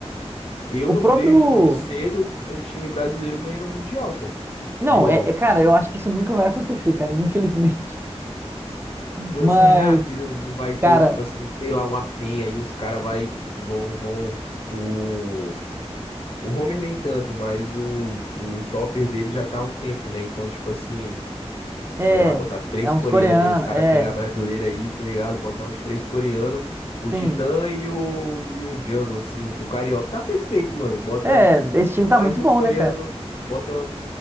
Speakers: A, on the left; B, on the right.
A: Eu
B: O
A: não
B: próprio.
A: vejo tão cedo um time brasileiro ganhando o Mundial, pô,
B: Não,
A: de LoL.
B: é, é- cara, eu acho que isso nunca vai acontecer, cara, infelizmente.
A: Mas
B: Mas,
A: será que não não vai ter,
B: cara,
A: tipo assim, sei lá, uma penha e os caras vai, vão, vão, o... O Homer nem tanto, mas o, o topper dele já tá há um tempo, né? Então, tipo assim, sei
B: é.
A: lá, botar três
B: É uns
A: coreanos
B: coreanos,
A: aí, os caras
B: é.
A: pegar brasileiro aí, tá ligado? Botar uns três coreanos, o
B: Sim.
A: Titã e o, e um Django, assim, o Carioca. Tá perfeito, mano. Bota
B: É, esse time tá
A: mais
B: muito
A: um
B: bom,
A: coreano
B: né, cara?
A: no... Bota